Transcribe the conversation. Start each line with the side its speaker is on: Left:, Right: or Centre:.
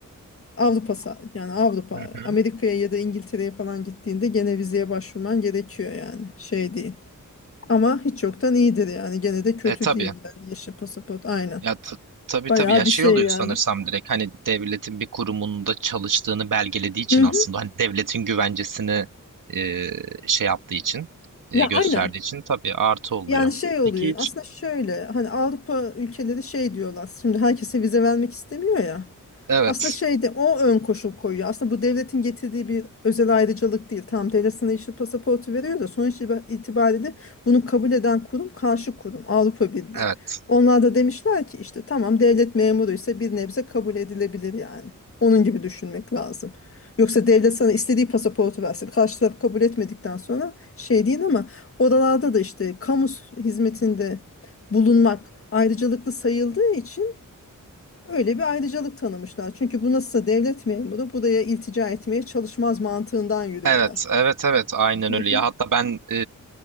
Left: Avrupa sa- yani Avrupa
Right: Hı hı.
Left: Amerika'ya ya da İngiltere'ye falan gittiğinde gene vizeye başvurman gerekiyor yani şey değil. Ama hiç yoktan iyidir yani gene de kötü
Right: E tabii.
Left: değil yani yeşil pasaport aynen.
Right: Ya t- tabii
Left: Bayağı
Right: tabii ya
Left: bir
Right: şey
Left: şey
Right: oluyor
Left: yani.
Right: sanırsam direkt hani devletin bir kurumunda çalıştığını belgelediği için
Left: Hı hı.
Right: aslında hani devletin güvencesini e, şey yaptığı için e,
Left: Ya
Right: gösterdiği
Left: aynen.
Right: için tabii artı oluyor.
Left: Yani şey oluyor
Right: Peki hiç
Left: aslında şöyle hani Avrupa ülkeleri şey diyorlar şimdi herkese vize vermek istemiyor ya
Right: evet
Left: aslında şeyde o ön koşul koyuyor aslında bu devletin getirdiği bir özel ayrıcalık değil Tam devlet sana yeşil pasaportu veriyor da sonuç itiba- itibariyle bunu kabul eden kurum karşı kurum Avrupa Birliği
Right: evet
Left: onlar da demişler ki işte tamam devlet memuru ise bir nebze kabul edilebilir yani onun gibi düşünmek lazım. Yoksa devlet sana istediği pasaportu versin. Karşı taraf kabul etmedikten sonra şey değil ama Oralarda da işte kamu hizmetinde bulunmak ayrıcalıklı sayıldığı için öyle bir ayrıcalık tanımışlar. Çünkü bu nasılsa devlet memuru buraya iltica etmeye çalışmaz mantığından yürüyorlar.
Right: evet evet evet aynen
Left: Hı
Right: öyle
Left: hı,
Right: ya hatta ben e,